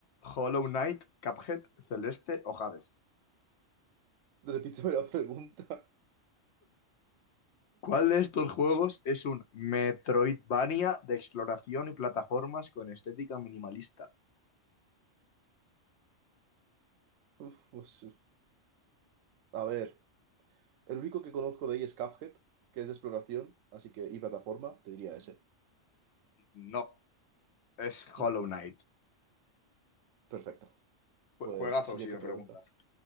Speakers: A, on the left (about 65°); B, on the right (about 85°).
A: Hollow Knight, Cuphead, Celeste o Hades.
B: Repíteme la pregunta.
A: ¿Cuál de estos juegos es un Metroidvania de exploración y plataformas con estética minimalista?
B: <laughs> Uf, pues, a ver, el único que conozco de ahí es Cuphead, que es de exploración, así que y plataforma, te diría ese.
A: No, es
B: Mm,
A: Hollow Knight.
B: Perfecto.
A: Jue-
B: Pues
A: Juegazo,
B: siguiente
A: si me
B: pregunta.
A: preguntas.